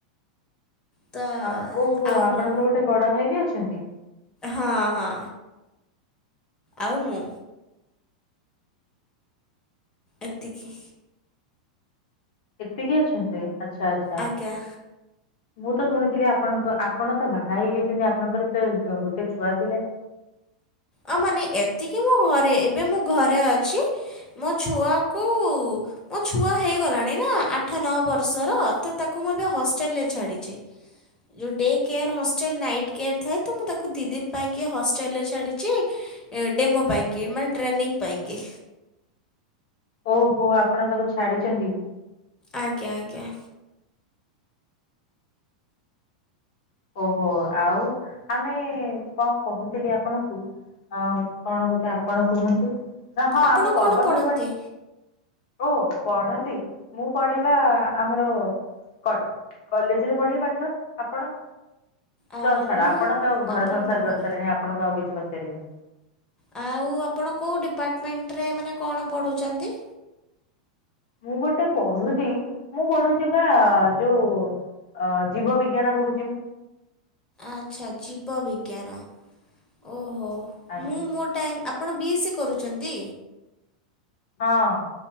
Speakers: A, on the left; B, on the left.
A: ତ
B: ଆ ଓହୋ
A: ଆଉ
B: ଆପଣଙ୍କର
A: ମୁଁ।
B: ଗୋଟେ ବଡ ଭାଇ ବି ଅଛନ୍ତି?
A: ହଁ ହଁ। ଆଉ ମୁଁ ଏତିକି।
B: ଏତିକି ଅଛନ୍ତି ଆଚ୍ଛା ଆ
A: ଆଜ୍ଞା।
B: ମୁଁ ତ ଶୁଣିଥିଲି ଆପଣଙ୍କ ଆପଣ ତ ବାହା ହେଇଯାଇଚନ୍ତି ଆପଣଙ୍କର ତ ଗୋଟେ ଛୁଆ ଥିଲେ।
A: ଆଉ ମାନେ ଏତିକି ମୋ ଘରେ ଏବେ ମୁଁ ଘରେ ଅଛି। ମୋ ଛୁଆକୁ ମୋ ଛୁଆ ହେଇଗଲାଣି ନା ଆ ଆଠ ନଅ ବର୍ଷର ତ ତାକୁ ମୁଁ ଏବେ ହଷ୍ଟେଲରେ ଛାଡ଼ିଛି ଯୋଉ day care hostel night care ଥାଏ ତ ମୁଁ ତାକୁ ଦି ଦିନ ପାଇଁକି ହଷ୍ଟେଲରେ ଛାଡି ଯେ ଏ ଡେମୋ ପାଇଁକି ମାନେ ଟ୍ରେନିଂ ପାଇଁକି।
B: ଓହୋ ଆପଣ ତାକୁ ଛାଡିଚନ୍ତି?
A: ଆଜ୍ଞା ଆଜ୍ଞା।
B: ଓହୋ ଆଉ ଆମେ କଣ କହୁଥିଲି ଆପଣଙ୍କୁ ଅଉ କଣ ଗୋଟେ ଆପଣ କୁହନ୍ତୁ ନା ହଁ
A: ଆପଣ
B: ଆମେ ପର୍ବପର୍ବାଣୀ
A: କଣ ପଢ଼ନ୍ତି?
B: ଓ ପଢନ୍ତି ମୁଁ ପଢେ ବା ଆମର କ କଲେଜରେ ପଢେ ପାଠ ଆପଣ?
A: ଅ
B: ତ ଛାଡ଼ ଆପଣ
A: ମୁଁ
B: ତ ଘର
A: ଆପଣ
B: ସଂସାର କରିସାରିଲେଣି
A: ବା
B: ଆପଣଙ୍କୁ ଆଉ କିଛି ପଚାରିବିନି।
A: ଆଉ ଆପଣ କୋଉ ଡିପାର୍ଟମେଣ୍ଟରେ ମାନେ କଣ ପଢୁଚନ୍ତି?
B: ମୁଁ ଗୋଟେ ପଢୁଛି ମୁଁ ପଢୁଚି ବା ଯୋଉ ଅ ଜୀବ ବିଜ୍ଞାନ ପଢୁଚି।
A: ଆଚ୍ଛା ଜୀବ ବିଜ୍ଞାନ। ଓହୋ
B: ଆଜ୍ଞା
A: ମୁଁ ମୋ ଟାଇମ୍ ଆପଣ ବି ଏସ୍ ସି କରୁଚନ୍ତି।
B: ହଁ।